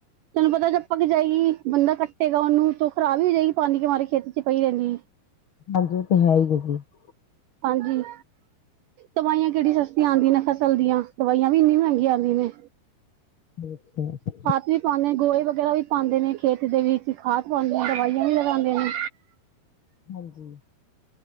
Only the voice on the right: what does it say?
ਤੈਨੂੰ ਪਤਾ ਜਬ ਪਕ ਜਾਏਗੀ ਬੰਦਾ ਕੱਟੇਗਾ ਉਹਨੂੰ ਤੋ ਖਰਾਬ ਹੀ ਹੋ ਜਾਏਗੀ ਪਾਣੀ ਕਿ ਮਾਰੇ ਖੇਤ 'ਚ ਪਈ ਰਹਦੀ।
ਹਾਂਜੀ ਦਵਾਈਆਂ ਕਿਹੜੀ ਸਸਤੀਆਂ ਆਂਦੀਆਂ ਨੇ ਫਸਲ ਦੀਆਂ ਦਵਾਈਆਂ ਵੀ ਇੰਨੀ ਮਹਿੰਗੀਆਂ ਆਂਦੀ ਨੇ।
ਆਸਿਫ ਪਾਉਂਦੇ ਆ ਗੋਹੇ ਵਗੈਰਾ ਵੀ ਪਾਂਦੇ ਨੇ ਖੇਤ ਦੇ ਵਿੱਚ ਖਾਦ ਪਾਉਂਦੇ ਨੇ ਦਵਾਈਆਂ ਵੀ ਲਗਾਂਦੇ ਨੇ।